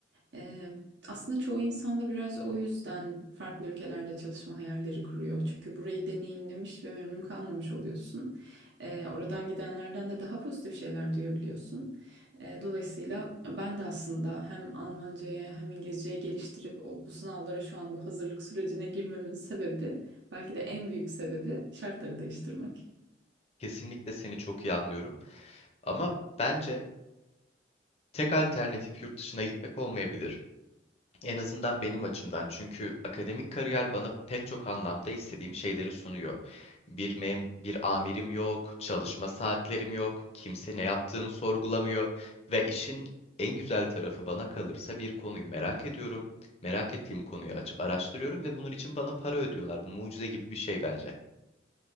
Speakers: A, on the right (about 70°); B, on the left (about 35°).
A: Ee, aslında çoğu insan da biraz o yüzden farklı ülkelerde çalışma hayalleri kuruyor. Çünkü burayı deneyimlemiş ve memnun kalmamış oluyorsun. Ee, oradan gidenlerden de daha pozitif şeyler duyabiliyorsun. E, Dolayısıyla ben de aslında hem Almanca'ya hem İngilizce'ye geliştirip o, bu sınavlara şu an bu hazırlık sürecine girmemin sebebi belki de en büyük sebebi şartları değiştirmek.
B: Kesinlikle seni çok iyi anlıyorum. Ama bence tek alternatif yurt dışına gitmek olmayabilir. En azından benim açımdan. Çünkü akademik kariyer bana pek çok anlamda istediğim şeyleri sunuyor. Bir mem bir amirim yok, çalışma saatlerim yok, kimse ne yaptığımı sorgulamıyor ve işin en güzel tarafı bana kalırsa bir konuyu merak ediyorum. Merak ettiğim konuyu açıp araştırıyorum ve bunun için bana para ödüyorlar. Bu mucize gibi bir şey bence.